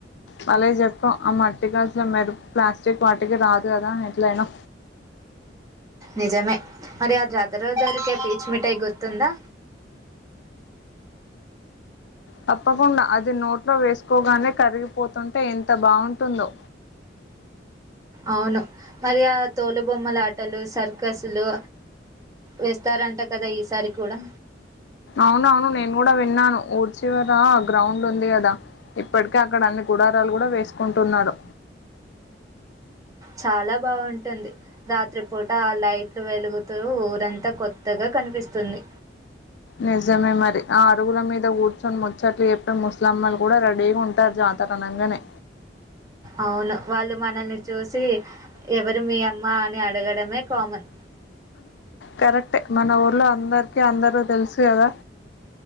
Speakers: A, on the left; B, on the right.
A: బలే చెప్పావ్ ఆ మట్టికి అసలు మెరు ప్లాస్టిక్ వాటికి రాదు కదా ఎట్లయినా
B: నిజమే మరి అ జాతర దొరికే పీచ్ మిఠాయ్ గుర్తుందా
A: తప్పకుండా అది నోట్లో వేసుకోగానే కరిగిపోతుంటే ఎంత బాగుంటుందో
B: అవును మరి ఆ తోలు బొమ్మల ఆటలు సర్కసులు వేస్తారంట కదా ఈసారి కూడా
A: అవునవును నేను కూడా విన్నాను ఊరి చివర గ్రౌండ్ ఉంది కదా ఇప్పటికే అక్కడ అన్ని గుడారాలు కూడా వేసుకుంటున్నారు
B: చాలా బాగుంటుంది రాత్రిపూట ఆ లైట్లు వెలుగుతూ ఊరంతా కొత్తగా కనిపిస్తుంది.
A: నిజమే మరి ఆ అరుగుల మీద కూర్చొని ముచ్చట్లు చె ముస్లమ్మళ్లు కూడా రెడీగా ఉంటారు జాతరనంగానే
B: అవును వాళ్ళు మనల్ని చూసి ఎవరు మీ అమ్మ అని అడగడమే కామన్
A: కరెక్టే మన ఊర్లో అందరికీ అందరూ తెలుసు కదా